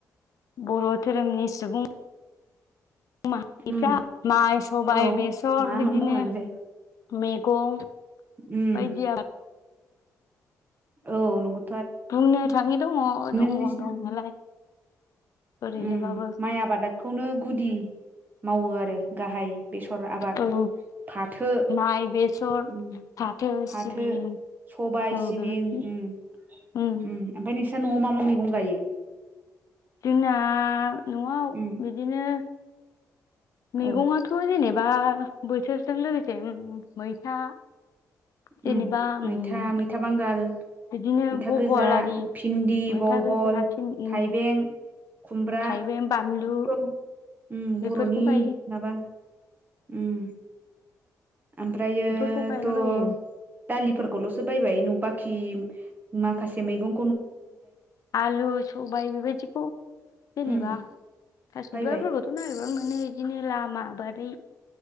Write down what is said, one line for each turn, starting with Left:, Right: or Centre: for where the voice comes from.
Left: बर' धोरोमनि सुबुं माहारिफ्रा
Right: उम
Left: माइ सबाय
Right: औ
Left: बेसर
Right: मा
Left: बिदिनो
Right: मा मावनानै जायो
Left: मेगं
Right: उम
Left: बायदि आबाद
Right: औ नंगौ
Left: बुंनो थाङै दङ दङ
Right: नोंसि
Left: दंनायालाय ओरैनोबाबो
Right: उम माइ आबादादखौनो गुदि मावो आरो गाहाय बेसर आबाद
Left: औ
Right: फाथो
Left: माइ बेसर
Right: उम
Left: फाथो
Right: फाथो
Left: सिबिं
Right: सबाय
Left: औ
Right: सिबिं
Left: बेबायदि
Right: उम
Left: उम
Right: ओमफ्राय नोंसा न'आव मा मा मैगं गायो
Left: जोंना न'आव
Right: उम
Left: बिदिनो मैगङाथ'
Right: औ
Left: जेनेबा बोथोरजों लोगोसे मैथा जेनेबा
Right: उम मैथा
Left: उम
Right: मैथा बांगाल
Left: बिदिनो
Right: मैथा
Left: बहल
Right: गोजा
Left: आरि
Right: भिन्दि
Left: मैथा
Right: बहल
Left: गोजा फिन उम
Right: थाइबें खुमब्रा
Left: थाइबें बानलु
Right: बेखौथ'
Left: बेफोरखौ
Right: बर'नि
Left: गायो
Right: माबा उम ओमफ्रथ'
Left: बेफोरखौ गायलाबायो
Right: दालिफोरखौल'सो बायबाय न बाखि माखासे मैगं
Left: आलु सबाय बेबायदिखौ जेनेबा
Right: उम
Left: ‌ थास'
Right: बायबाय
Left: बिबारफोरखौथ नागिरबा मोनो बिदिनो लामा बारि